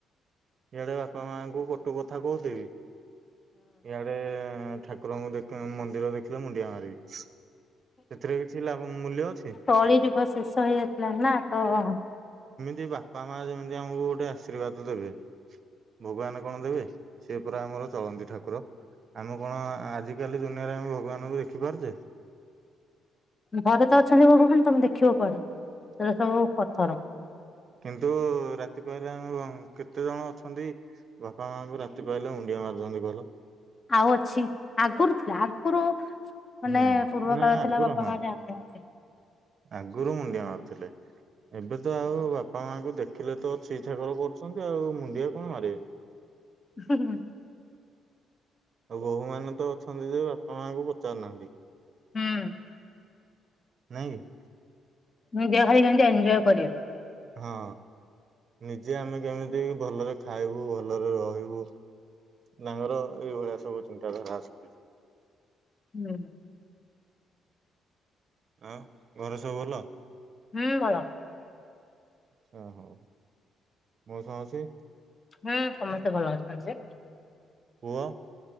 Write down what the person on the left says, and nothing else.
କଳିଯୁଗ ଶେଷ ହେଇଆସିଲାଣି ନା ତ-ଅ-ଅ
ଘରେ ତ ଅଛନ୍ତି ଭଗବାନ ତମେ ଦେଖିବ କୁଆଡେ। ସେଇଟା ସବୁ ପଥର।
ଆଉ ଅଛି। ଆଗରୁ ଥିଲା, ଆଗରୁ ମାନେ
ପୂର୍ବ
କାଳ
ଥିଲା ବାପା
ମା ଯାହା କୁହନ୍ତି
ହୁଁ ହୁଁ।
ହୁଁ।
<unintelligible> ଭାଇ କେମିତି ଏଞ୍ଜୟ କରିବେ।
ହୁଁ।
ହୁଁ ଭଲ।
ହୁଁ ସମସ୍ତେ ଭଲ ଅଛନ୍ତି ଯେ।